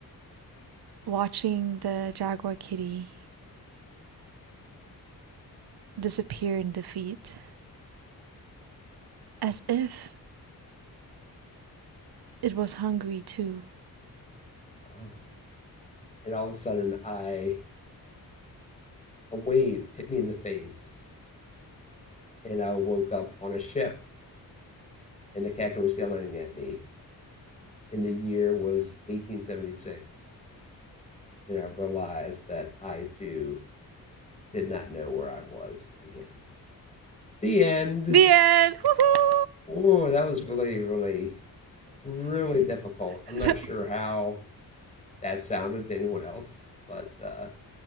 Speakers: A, on the right; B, on the left.
A: watching the jaguar kitty disappear in defeat as if it was hungry too.
B: Oh, and all of a sudden, I a wave hit me in the face, and I woke up on a ship, and the captain was yelling at me. And the year was 1876, and I realized that I too did not know where I was again. The end.
A: The end. Woohoo!
B: Oh, that was really, really, really difficult.
A: <laughs>
B: I'm not sure how that sounded to anyone else, but uh,